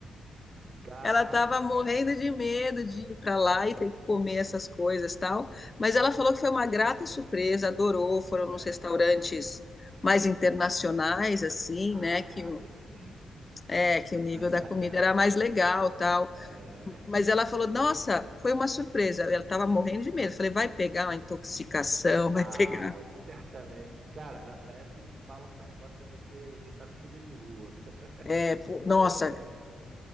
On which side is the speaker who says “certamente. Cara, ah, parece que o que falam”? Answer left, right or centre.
Right